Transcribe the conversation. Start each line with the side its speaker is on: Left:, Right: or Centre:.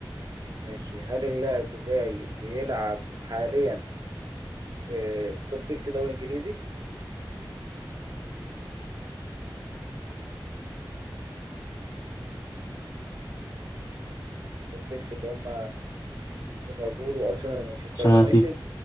Right: ماشي هل اللاعب بتاعي بيلعب حاليا آه، في توب 6 دوري انجليزي توب 6 اللي هم ليفربول وارسنال ومانشستر
Left: عشان
Right: يونايتد
Left: انا نسيت